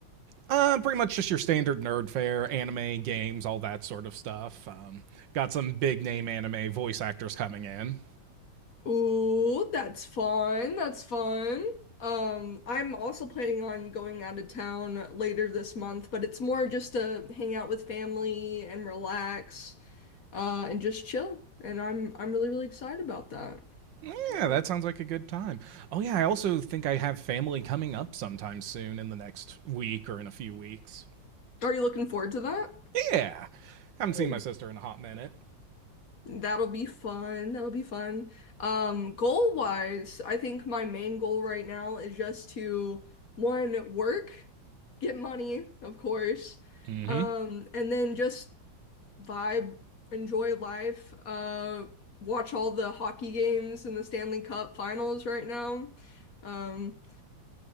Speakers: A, on the right; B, on the left.
A: Uh, pretty much just your standard nerd fare, anime, games, all that sort of stuff. Um, got some big name anime voice actors coming in.
B: Ooh, that's fun. That's fun. Um, I'm also planning on going out of town later this month, but it's more just to hang out with family and relax, uh, and just chill. And I'm I'm really, really excited about that.
A: Yeah,
B: Yeah.
A: that sounds like a good time. Oh, yeah, I also think I have family coming up sometime soon in the next week or in a few weeks.
B: Are you looking forward to that?
A: Yeah, haven't seen
B: Yeah.
A: my sister in a hot minute.
B: That'll be fun. That'll be fun. Um, goal wise, I think my main goal right now is just to one, work, get money, of course.
A: Mm-hmm.
B: Um, and then just vibe, enjoy life, uh, watch all the hockey games in the Stanley Cup finals right now. Um,